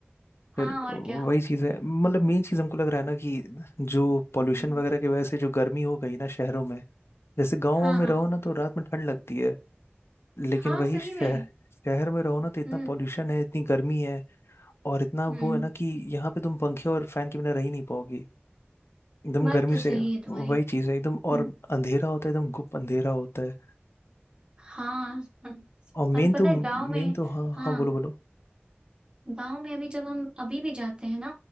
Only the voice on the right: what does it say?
हाँ और
क्या
हम्म,
हाँ
हाँ
हाँ
सही
में
हम्म
हम्म
बात
तो सही
है तुम्हारी
हम्म
हाँ हम्म,
और पता
है गांव में
हाँ
गांव में अभी जब हम अभी भी जाते हैं ना